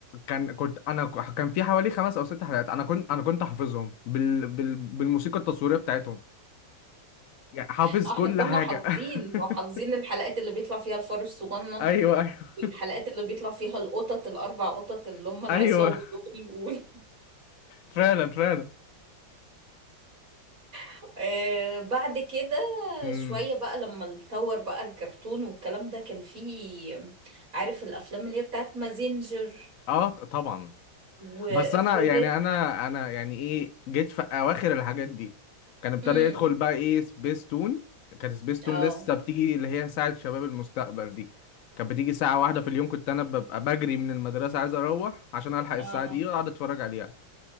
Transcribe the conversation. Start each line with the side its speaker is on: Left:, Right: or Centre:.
Left: كان كنت انا ك- كان في حوالي خمس او ست حلقات انا كنت انا كنت حافظهم بال... بال... بالموسيقى التصويريه بتاعتهم يعني حافظ
Right: اه احنا
Left: كل
Right: كنا
Left: حاجه
Right: حافظين
Left: <laughs>
Right: وحافظين الحلقات اللي بيطلع فيها الفار الصغنن
Left: ايوه ايوه
Right: والحلقات اللي بيطلع فيها القطط الاربع قطط اللي
Left: <laughs>
Right: هم العصابه
Left: ايوه
Right: دول وال-
Left: <laughs> فعلا فعلا
Right: <laughs> آه بعد كده
Left: امم
Right: شويه بقى لما اتطور بقى الكرتون والكلام ده كان فيه عارف الافلام اللي هي بتاعت مازينجر
Left: اه ط- طبعا
Right: وافروديت
Left: بس انا يعني انا انا يعني ايه جيت في اواخر الحاجات دي كان ابتدى
Right: امم
Left: يدخل بقى ايه سبيس تون كانت سبيس تون
Right: اه
Left: لسه بتيجي اللي هي ساعة شباب المستقبل دي كانت بتيجي ساعة واحدة في اليوم كنت انا ببقى بجري من المدرسة عايز اروح عشان الحق الساعة
Right: اه
Left: دي واقعد اتفرج عليها